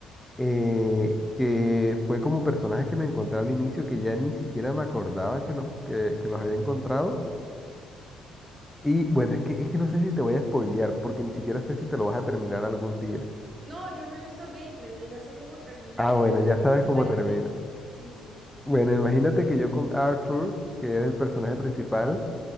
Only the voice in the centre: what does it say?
eh, que fue como personajes que me encontré al inicio que ya ni siquiera me acordaba que los, que, que los había encontrado. Y bueno, es que, es que no sé si te voy a spoilear, porque ni siquiera sé si te lo vas a terminar algún día.
Ah,
bueno,
ya sabes cómo
termina.
Bueno, imagínate que yo con Arthur, que es el personaje principal,